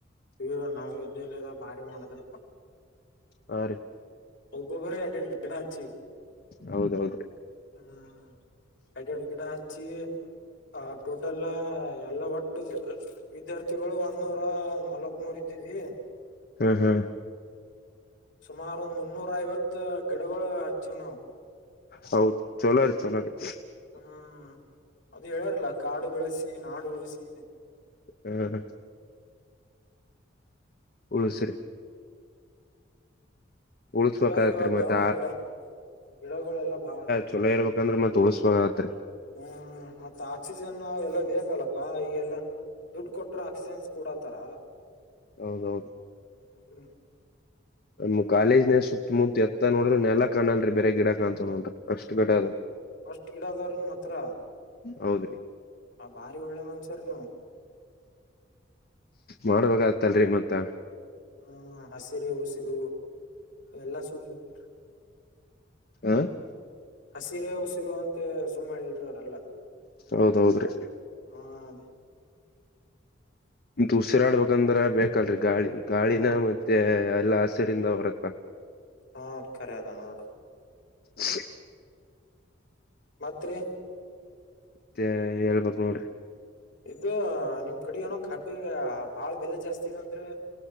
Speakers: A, on the left; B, on the left.
A: ಇ ನಾವ್ ಇದಲ್ಲ ಭಾರಿ ಮಾಡೋದ್ರ
B: ಹಾ ರೀ
A: ಒಬ್ಬೊರೇ ಎರಡೆರಡು ಗಿಡ ಹಚ್ಚಿವಿ
B: ಹೌದೌದು
A: ಹ್ಮ್ ಗಡ ಅಡು ಗಿಡ ಹಚ್ಚಿ ಆ ಟೋಟಲ್ ಎಲ್ಲಟ್ಟ ವಿದ್ಯಾರ್ಥಿಗಳು ಒಂದ ನೂರ ನಲವತ್ ಮೂರ್ ಇದ್ದಿದ್ವಿ
B: ಹಾ ಹಾ
A: ಸುಮಾರ ಒಂದ್ ಮುನ್ನೂರ ಐವತ್ ಗಿಡಗಳು ಹಚ್ಚಿವ ನಾವು
B: ಹೌದು ಚೋಲೋರಿ ಚೋಲೋರಿ
A: ಹ್ಮ್ ಅದು ಹೇಳಾರಲ್ಲ ಕಾಡು ಬೆಳೆಸಿ ನಾಡು ಉಳಸಿ
B: ಹ್ಮ್ ಉಳಸಿರೆ ಉಳಸ್ಬೇಕಾಗತ್ರಿ
A: ಇವಾಗ ಇವಾಗಾ
B: ಮತ್ತೆ
A: ಗಿಡ ಗಿಡಗಳೆಲ್ಲ ಬಹಾಳ
B: ಚೊಲ ಇರ್ಬೇಕಂದ್ರ ಮತ್ತೆ ಉಳಸಸ್ಬೇಕಾಗತ್ರಿ
A: ಹ್ಮ್ ಮತ್ತ ಆಕ್ಸಿಜನ್ ಅವ ಎಲ್ಲಾ ಬೇಕಲ್ಲಪ್ಪಾ ಈಗೆಲ್ಲ ದುಡ್ಡು ಕೊಟ್ರ ಆಕ್ಸಿಜನ್ಸ್ ಕೂಡತಾರ
B: ಹೌದೌದು
A: ಹ್ಮ್
B: ನ್ ಕಾಲೇಜ್ನ ಸುತ್ತಮುತ್ತತ್ ಎತ್ತ ನೋಡ್ರಿ ನೆಲ ಕಾಣಲ್ರಿ ಬೇ ಗಿಡ ಕಾಣ್ತವ ನೋಡ್ರಿ ಅಷ್ಟ್ ಗಿಡ ಅದು
A: ಅಷ್ಟ್ ಗಿಡದವ್ರ ನಿಮ್ಮ ಹತ್ರ
B: ಹೌದ್ರಿ
A: ಆ ಬಾರಿ ಒಳ್ಳೆ ಮನ್ಷವ್ರನು
B: ಮಾಡ್ಬೇಕಾಗತ್ತಲ್ರಿ ಮತ್ತ
A: ಹ ಹಸಿರೆ ಉಸಿರು ಎಲ್ಲಾ ಸು ಮಾಡರಿ
B: ಹ
A: ಹಸಿರೇ ಉಸಿರು ಅಂತ ಸುಮ್ಮನೆ ಹೇಳಲ್ರಿ ಅವರೆಲ್ಲ
B: ಹೌದೌದ್ರಿ
A: ಹಾ ಅದ
B: ಉಸಿರಾಡ್ಬೇಕಂದ್ರ ಬೇಕಲ್ರರಿ ಗಾಳಿ ಗಾಳಿನ
A: ಹ
B: ಮತ್ತೆ ಎಲ್ಲಾ ಹಸಿರಿಂದ ಹೊರತ್ತ <unintelligible>
A: ಹಾದ್ ಕರೆ ಅದ ನೋಡ್ರಿ
B: ಸ
A: ಮತ್ರಿ
B: ಮತ್ತೆ ಹೇಳ್ಬಕ್ ನೋಡ್ರಿ
A: ಇದೂ ನಿಮ್ ಕಡೆ ಏನೋ ಕಬ್ಬಿಗೆ ಬಾಳ ಬೆಲೆ ಜಾಸ್ತಿ ಇದಂತರಿ